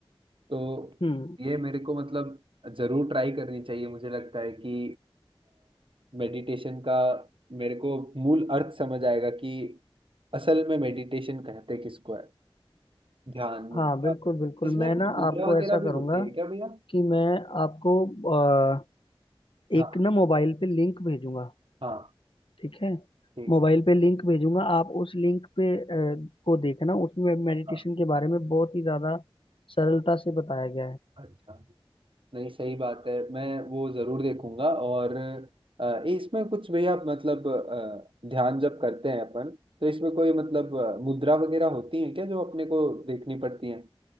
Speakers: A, on the right (about 65°); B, on the left (about 65°).
A: तो
B: हम्म
A: ये मेरे को मतलब जरूर ट्राई करनी चाहिए मुझे लगता है कि मेडिटेशन का मेरे को मूल अर्थ समझ आएगा कि असल में मेडिटेशन कहते किसको है ध्यान मुद्रा
B: हाँ बिल्कुल बिल्कुल
A: इसमें
B: मैं
A: कुछ
B: ना
A: मुद्रा
B: आपको
A: वगैरह
B: ऐसा
A: भी
B: करूंगा
A: होती है क्या भैया
B: कि मैं आपको अ,
A: हाँ
B: एक ना मोबाइल पे लिंक भेजूंगा
A: हाँ
B: ठीक है
A: ठीक
B: मोबाइल
A: है
B: पे लिंक भेजूंगा आप उस लिंक पे अ, को देखना उसमें मेडिटेशन
A: हाँ
B: के बारे में बहुत ही ज्यादा सरलता से बताया गया है
A: अच्छा नहीं सही बात है मैं वो जरूर देखूंगा और अ, इसमें कुछ भैया मतलब अ, ध्यान जब करते हैं अपन तो इसमें कोई मतलब अ, मुद्रा वगैरह होती है क्या जो अपने को देखनी पड़ती है